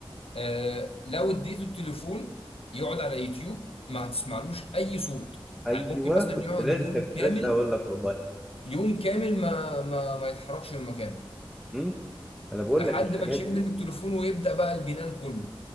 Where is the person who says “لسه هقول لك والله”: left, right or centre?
Centre